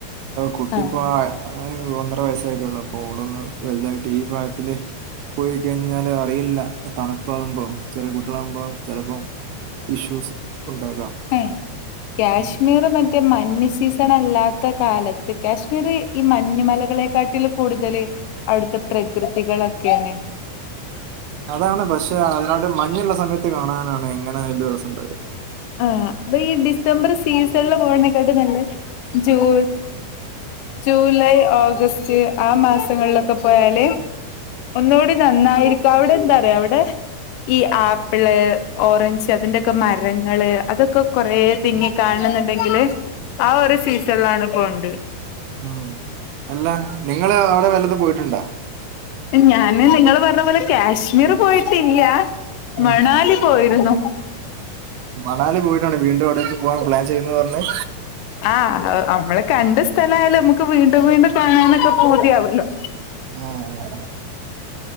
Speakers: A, on the right; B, on the left.
A: കുട്ടിപ്പോ
B: ആഹ്
A: ആഹ് ഒന്നര വയസായിട്ടള്ളപ്പോ ഓളൊന്ന് വലുതായിട്ട് ഈ പ്രായത്തില് പോയി കഴിഞ്ഞാല് അറിയില്ല തണുപ്പാവുമ്പോ ചെറിയ കുട്ട മ്പ ചിലപ്പോ ഇഷ്യൂസ് ഉണ്ടാകാം
B: എഹ് കാശ്മീർ
A: ഉം.
B: മറ്റ മറ്റേ മഞ്ഞ് സീസൺ അല്ലാത്ത കാലത്ത് കാശ്മീർ ഈ മഞ്ഞ മലകളെക്കാട്ടിൽ കൂടുതല് അവിടുത്തെ പ്രകൃതികളൊക്കെണ്
A: അതാണ് പക്ഷെ അതിനട്ട് മഞ്ഞുള്ള സമയത്ത് കാണാനാണ് എങ്ങനെ ആയാലും രസംണ്ടാവൽ
B: ആഹ് അപ്പ ഈ ഡിസംബർ സീസണില് പോതിനേക്കാട്ടും നല്ല ജൂൺ ജൂലൈ ഓഗസ്റ്റ് ആ മാസങ്ങളിലൊക്കെ പോയാല് ഒന്നുടി നന്നായിരിക്കും അവിടെ എന്താറയാ അവിടെ ഈ ആപ്പിള് ഓറഞ്ച് അതിന്റെൊക്കെ മരം ങ്ങള് അതൊക്കെ കൊറേ തിങ്ങി കാണുന്നുണ്ടെങ്കില് ആ ഒരു സീസണിലാണ് പോണ്ട്
A: ഉം അല്ല നിങ്ങള് അവിടെ വല്ലതും പോയിട്ടുണ്ടാ
B: ഞാന് നിങ്ങള് പറഞ്ഞ പോലെ കാശ്മീർ പോയിട്ടില്ല
A: ആ,
B: മണാലി പോയിരുന്നു
A: മണാലി പോയിട്ടാണ് വീണ്ടും അവിടേക്ക് പോകൻ പ്ലാൻ ചെയ്യുന്നന്ന് പറഞ്ഞഞ്
B: ആഹ് നമ്മളെ കണ്ട സ്ഥലായാലും നമുക്ക് വീണ്ടും വീണ്ടും കാണാനൊക്കെ പൂതിയാവല്ലോ
A: ആഹ്